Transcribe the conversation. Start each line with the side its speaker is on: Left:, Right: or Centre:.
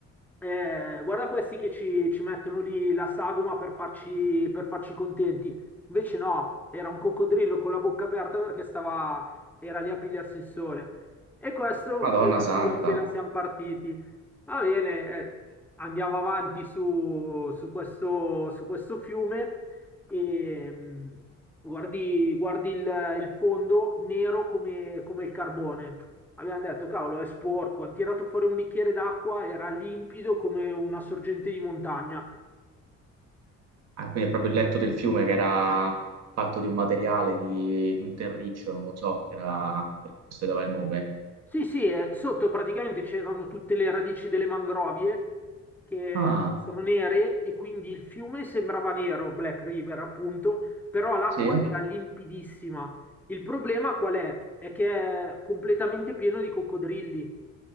Centre: eh, guarda questi che ci, ci mettono lì la sagoma per farci, per farci contenti. Invece no, era un coccodrillo con la bocca aperta perché stava, era lì a pigliarsi il sole. E questo
Right: Madonna santa.
Centre: sì, appena siamo partiti. Va bene, eh, andiamo avanti su, su questo, su questo fiume e mm, guardi, guardi il, il fondo nero come come il carbone. Abbiamo detto, cavolo, è sporco. Hanno tirato fuori un bicchiere d'acqua, era limpido come una sorgente di montagna.
Right: Ah, quindi è proprio il letto del fiume che era fatto di un materiale, di, di un terriccio, non lo so, era, per questo dava il nome.
Centre: Sì, sì, eh, sotto praticamente c'erano tutte le radici delle mangrovie che
Right: Ah,
Centre: sono nere e quindi il fiume sembrava nero, Black River appunto, però l'acqua
Right: sì,
Centre: era limpidissima. Il problema qual è? È che è completamente pieno di coccodrilli.